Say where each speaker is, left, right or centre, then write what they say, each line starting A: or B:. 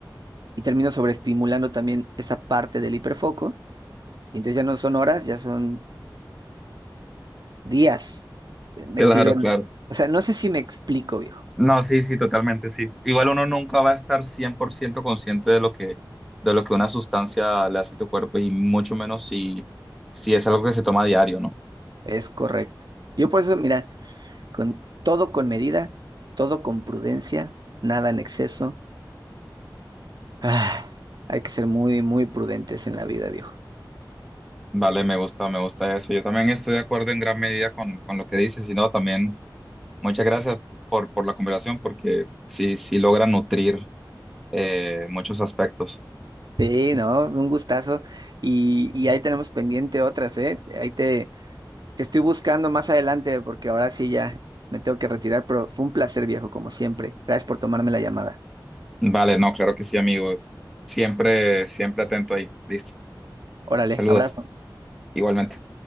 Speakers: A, on the right; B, in the centre.
A: y termino sobreestimulando también esa parte del hiperfoco. Y entonces ya no son horas, ya son días eh, metido
B: claro,
A: en...
B: claro.
A: O sea, no sé si me explico, viejo.
B: No, sí, sí, totalmente, sí. Igual uno nunca va a estar 100% consciente de lo que, de lo que una sustancia le hace a tu cuerpo y mucho menos si, si es algo que se toma a diario, ¿no?
A: Es correcto. Yo por eso, mira, con todo con medida, todo con prudencia, nada en exceso. Ah, hay que ser muy, muy prudentes en la vida, viejo.
B: Vale, me gusta, me gusta eso. Yo también estoy de acuerdo en gran medida con, con lo que dices y no, también muchas gracias por, por la conversación porque sí, sí logra nutrir eh, muchos aspectos.
A: Sí, no, un gustazo. Y, y ahí tenemos pendiente otras, ¿eh? Ahí te... Te estoy buscando más adelante porque ahora sí ya me tengo que retirar, pero fue un placer, viejo, como siempre. Gracias por tomarme la llamada.
B: Vale, no, claro que sí, amigo. Siempre, siempre atento ahí. Listo.
A: Órale,
B: Saludos,
A: abrazo.
B: igualmente.